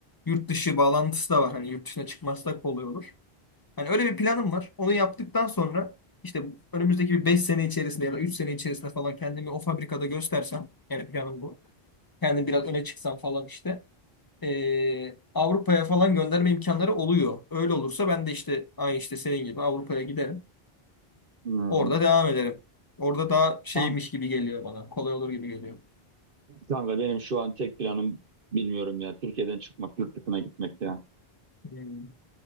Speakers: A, on the left; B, on the right.
A: Yurt dışı bağlantısı da var. Hani yurt dışına çıkması da kolay olur. Hani öyle bir planım var. Onu yaptıktan sonra işte önümüzdeki bir 5 sene içerisinde ya da 3 sene içerisinde falan kendimi o fabrikada göstersem yani planım bu. Kendim biraz öne çıksam falan işte. eee, Avrupa'ya falan gönderme imkanları oluyor. Öyle olursa ben de işte aynı işte senin gibi Avrupa'ya giderim.
B: Hmm.
A: Orada devam ederim. Orada daha şeymiş
B: Kan-
A: gibi geliyor bana. Kolay olur gibi geliyor.
B: Kanka benim şu an tek planım bilmiyorum ya. Türkiye'den çıkmak, yurt dışına gitmek ya.
A: Hmm.